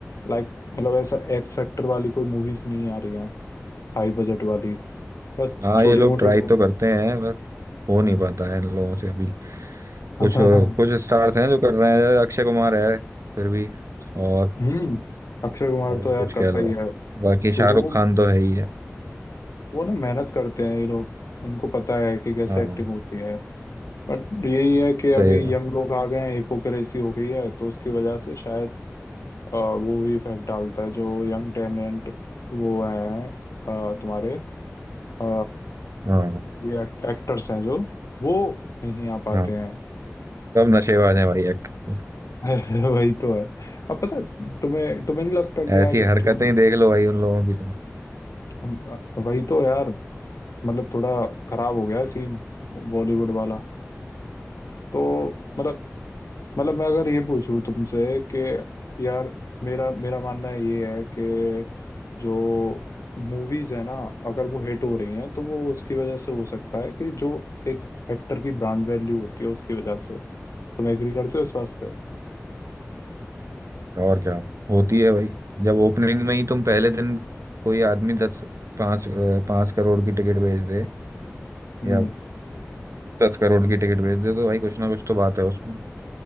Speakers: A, on the left; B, on the right.
A: लाइक मतलब ऐसा एक्स फैक्टर वाली कोई मूवीज नहीं आ रही हैं हाई बजट वाली बस
B: हाँ
A: छोटी
B: ये लोग
A: मोटी
B: ट्राई तो करते हैं बस हो नहीं पाता है इन लोगों से अभी
A: <laughs>
B: कुछ कुछ स्टार्स हैं जो कर रहे हैं अक्षय कुमार है फिर भी और
A: हम्म अक्षय कुमार
B: और
A: तो
B: भी
A: यार
B: कुछ
A: करता
B: कह लो
A: ही है
B: बाकी
A: क्योंकि
B: शाहरुख
A: वो
B: खान तो है ही है
A: वो ना मेहनत करते हैं ये लोग उनको पता है कि कैसे
B: हाँ
A: एक्टिंग होती है बट यही है कि
B: सही
A: अभी
B: बात
A: यंग लोग आ गए हैं हिपोक्रेसी हो गई है तो उसकी वजह से शायद अ, वो भी इफेक्ट डालता है जो यंग टैलेंट वो हैं अ, तुम्हारे अ,
B: हाँ
A: ये एक्टर्स हैं जो वो नहीं आ पाते
B: हाँ
A: हैं
B: सब नशेबाज हैं भाई एक्टर
A: <laughs> वही तो है अब पता है, तुम्हें तुम्हें नहीं लगता कि
B: ऐसी
A: यार जो
B: हरकतें ही देख लो भाई उन लोगों की तुम
A: हम- वही तो यार मतलब थोड़ा खराब हो गया है सीन बॉलीवुड वाला तो मतलब मतलब मैं अगर ये पूछूं तुमसे कि यार मेरा मेरा मानना ये है कि जो मूवीज है ना अगर वो हिट हो रही हैं तो वो उसकी वजह से हो सकता है कि जो एक एक्टर की ब्रांड वैल्यू होती है उसकी वजह से तुम एग्री करते हो इस बात से
B: और क्या होती है भाई जब ओपनिंग में ही तुम पहले दिन कोई आदमी दस पाँच अ, पाँच करोड़ की टिकट बेच दे
A: हम्म
B: या दस करोड़ की टिकट बेच दे तो भाई कुछ ना कुछ तो बात है उसमें